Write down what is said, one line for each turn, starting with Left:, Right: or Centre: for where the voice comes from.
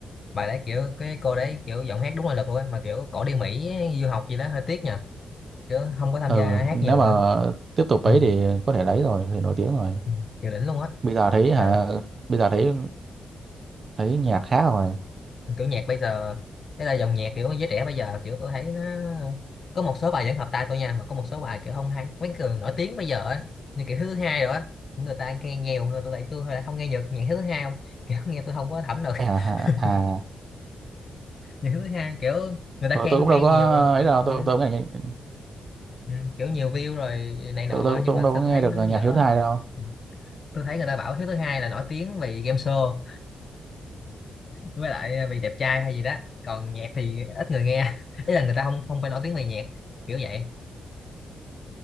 Left: bài đấy kiểu cái cô đấy kiểu giọng hát đúng nội lực luôn á mà kiểu cổ đi Mỹ du học gì đó hơi tiếc nha kiểu không có tham
Right: ừ,
Left: gia hát
Right: nếu
Left: nhiều
Right: mà
Left: nữa
Right: tiếp tục
Left: ừ.
Right: ấy thì có thể lấy rồi thì nổi tiếng rồi
Left: Ừ. kiểu đỉnh luôn á
Right: bây giờ thấy
Left: mà
Right: hả bây giờ thấy thấy nhạc khác rồi
Left: ừ, kiểu nhạc bây giờ thế là dòng nhạc kiểu giới trẻ bây giờ kiểu tôi thấy nó có một số bài vẫn hợp tai tôi nha mà có một số bài kiểu không hay mấy người nổi tiếng bây giờ á như kiểu thứ hai rồi á những người ta nghe nhiều người tôi tại tôi lại không nghe nhạc nhạc thứ hai không <laughs> kiểu nghe tôi không có thẩm được
Right: hả hả
Left: <laughs>
Right: à
Left: nhạc thứ hai kiểu người ta
Right: rồi
Left: khen
Right: tôi cũng
Left: hay
Right: đâu có
Left: nhiều
Right: ấy
Left: kiểu
Right: đâu
Left: ừ,
Right: tôi tôi cũng nghe-
Left: ừ, kiểu nhiều view rồi này nọ
Right: tôi, tôi,
Left: nhưng
Right: tôi
Left: mà
Right: cũng đâu
Left: sao
Right: có
Left: tôi
Right: nghe
Left: thấy
Right: được
Left: nó
Right: nhạc
Left: dở
Right: Hiếu thứ hai đâu
Left: Ừ, tôi thấy người ta bảo hiếu thứ hai là nổi tiếng vì game show với lại ờ, vì đẹp trai hay gì đó còn nhạc thì ít người nghe <laughs> ý là người ta không không phải nổi tiếng về nhạc kiểu vậy